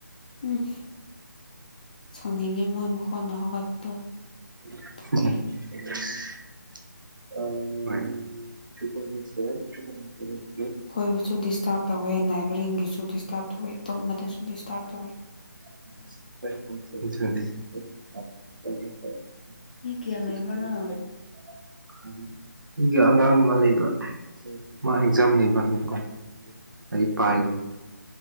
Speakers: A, on the left (about 25°); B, on the right (about 85°).
A: ꯎꯪꯈ ꯁꯥꯎꯅꯤꯡꯉꯤ ꯃꯣꯏ ꯃꯈꯣꯟꯅ ꯍꯧꯒꯠꯄꯗꯣ
B: INAUDIBLE
A: ꯑꯗꯨꯒꯤ
B: UNINTELLIGIBLE
A: ꯈꯣꯏꯕꯨꯁꯨ ꯗꯤꯁꯇ꯭ꯥꯔ꯭ꯕ ꯇꯧꯋꯦ ꯅꯥꯏꯕꯔꯤꯡꯒꯤꯁꯨ ꯗꯤꯁꯇ꯭ꯥꯔ꯭ꯕ ꯇꯧꯋꯦ ꯇꯨꯝꯕꯗꯁꯨ ꯗꯤꯁꯇ꯭ꯥꯔ꯭ꯕ ꯇꯧꯋꯦ
B: UNINTELLIGIBLE UNINTELLIGIBLE ꯃꯥ
A: ꯃꯤ ꯀꯌꯥ
B: ꯑꯦꯛꯖꯥꯝ
A: ꯂꯩꯕ꯭ꯔꯥ ꯅꯪ
B: ꯂꯩꯕ ꯒꯤꯕꯀꯣ ꯂꯥꯏꯔꯤꯛ
A: ꯑꯣ
B: ꯄꯥꯏꯅꯦ